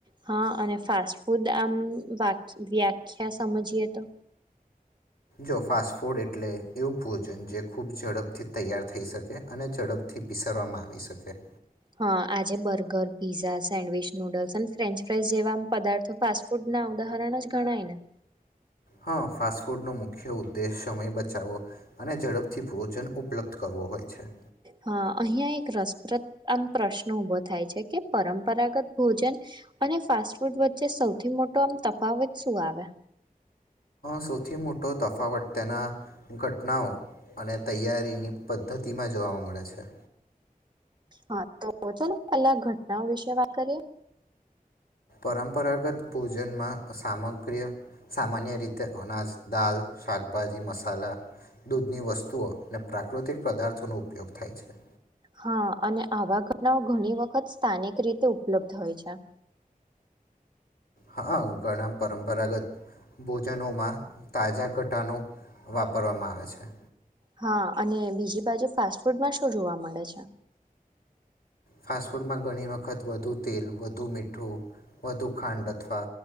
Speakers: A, on the right; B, on the left.
A: હા અને ફાસ્ટ ફૂડ આમ વ્યાખ્યા સમજીએ તો.
B: જો ફાસ્ટ ફૂડ એટલે એવું ભોજન જે ખૂબ ઝડપથી તૈયાર થઈ શકે અને ઝડપથી પીસરવામાં આવી શકે
A: હાઆજે બર્ગર, પીઝા, સેન્ડવિચ નૂડલ્સ અને ફ્રેન્ચ ફાઇઝ જેવામ પદાર્થો ફાસ ફૂડ ના ઉદાહરણ જ ગણાયને
B: હા, ફાસ્ટ ફૂડ નો મુખ્ય ઉદ્દેશ સમય બચાવો અને ઝડપથી ભોજન ઉપલબ્ધ કરવો હોય છે
A: હા અહીંયા એ રસપ્રદ આમ પ્રશ્ન ઉભો થાય છે કે પરંપરાગત ભોજન અને ફાસ્ટ ફૂડ વચ્ચે સૌથી મોટો આમ તફાવત શું આવે
B: સૌથી મોટો તફાવત તેના ઘટનાઓ અને તૈયારીની પદ્ધતિમાં જોવા મળે છે.
A: હા તો ચાલો પહેલા ઘટનાઓ વિશે વાત કરીએ
B: પરંપરાગત ભોજનમાં સામગ્રીઓ સામાન્ય રીતે અનાજ દાલ શાકભાજી મસાલા દૂધની વસ્તુઓ અને પ્રાકૃતિક પદાર્થો નો ઉપયોગ થાય છે.
A: હા અને આવા ઘટનાઓ ઘણી વખત સ્થાનિક રીતે ઉપલબ્ધ હોય છે.
B: હા ઘણા પરંપરાગત ભોજનોમાં તાજા ઘટાડો વાપરવામાં આવે છે.
A: હા અને બી બીજી બાજુ ફાસ્ટ ફૂડમાં શું જોવા મળે છે.
B: ફાસ્ટફૂડમાં ઘણી વખત વધુ તેલ વધુ મીઠું વધુ ખાંડ અથવા